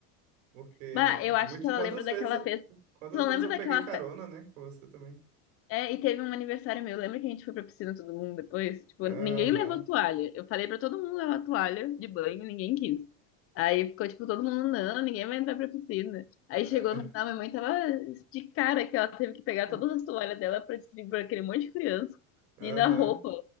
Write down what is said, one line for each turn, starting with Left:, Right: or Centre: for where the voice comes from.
Right: Porque
Left: Bah, eu acho
Right: muito,
Left: que ela
Right: quantas
Left: lembra daquela
Right: vezes,
Left: festa.
Right: quantas
Left: Você não
Right: vezes
Left: lembra
Right: eu
Left: daquela,
Right: peguei carona,
Left: fe-
Right: né? Com você também.
Left: É, e teve um aniversário meu. Lembra que a gente foi pra piscina todo mundo depois? Tipo,
Right: Aham.
Left: ninguém levou toalha. Eu falei pra todo mundo levar toalha de banho, ninguém quis. Aí ficou tipo todo mundo, não, ninguém vai entrar pra piscina. Aí
Right: É,
Left: chegou no final, minha mãe tava de cara que ela teve que pegar
Right: <laughs>
Left: todas as toalhas dela pra distribuir pra aquele monte de criança.
Right: Aham.
Left: E na roupa.